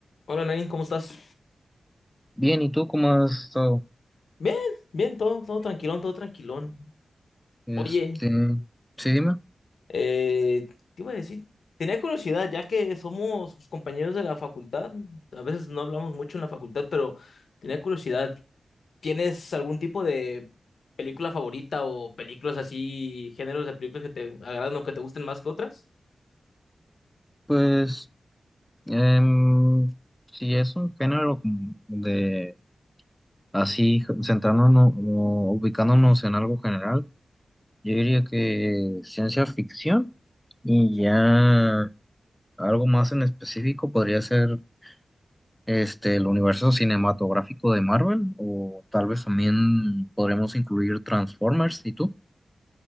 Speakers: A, on the left; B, in the centre.
A: Hola Nain, ¿cómo estás?
B: Bien, ¿y tú cómo has estado?
A: Bien, bien, todo, todo tranquilón, todo tranquilón.
B: Este,
A: Oye,
B: sí, dime.
A: eh, ¿qué iba a decir? Tenía curiosidad, ya que somos pues, compañeros de la facultad, a veces no hablamos mucho en la facultad, pero tenía curiosidad, ¿tienes algún tipo de película favorita o películas así, géneros de películas que te agradan o que te gusten más que otras?
B: Pues, em, si es un género como de así, centrándonos o ubicándonos en algo general, yo diría que ciencia ficción y ya algo más en específico podría ser este, el universo cinematográfico de Marvel o tal vez también podremos incluir Transformers, ¿y tú?